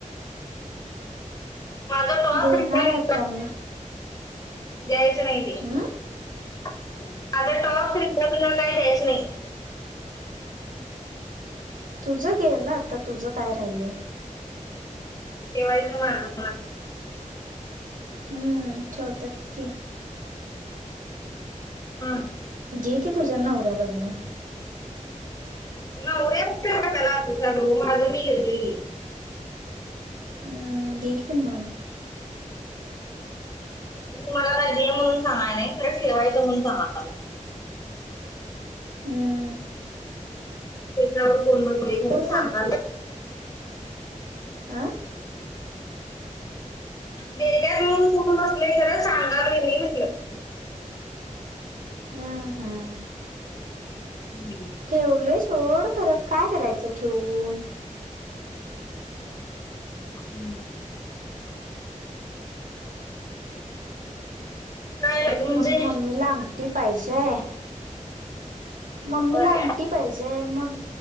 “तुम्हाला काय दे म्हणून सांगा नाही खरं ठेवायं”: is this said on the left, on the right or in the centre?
Left